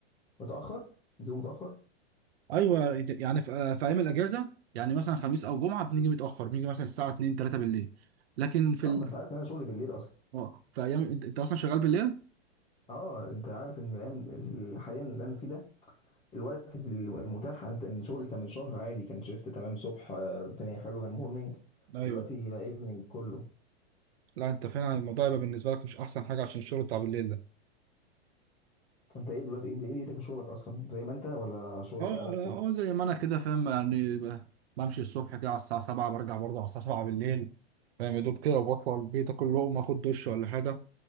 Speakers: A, on the left (about 15°); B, on the right (about 65°).
A: متاخر بتقول متاخر
B: ايوه يعني في, في ايام الاجازة يعني مثلا خميس او جمعة بنيجي متأخر بنيجي مثلا الساعة 2 3 بالليل لكن في
A: طب
B: ال...
A: ما انت عارف ان انا شغلي بالليل اصلا
B: اه في ايام انت, انت اصلا شغال بالليل
A: اه انت عارف ان الايام ال- حاليا اللي انا فيه ده الوقت الم- المتاح انت ان شغلي كان من شهر عادي كان شيفت تمام صبح آه، الدنيا حلوه كان مورنينج
B: ايوه
A: دلوقتي بقى ايفنينج كله
B: لا انت فعلا الموضوع يبقى بالنسبة لك مش احسن حاجة عشان الشغل بتاع بالليل ده
A: انت ايه دلوقتي انت ايه دنيتك في شغلك اصلا زي ما انت ولا شغل
B: هو
A: قلبته
B: هو زي ما انا كده فاهم يعني ب- بمشي الصبح كده على الساعة 7 برجع برضه على الساعة 7 بالليل فاهم يا دوب كده وبطلع البيت اكل لقمة اخد دش ولا حاجة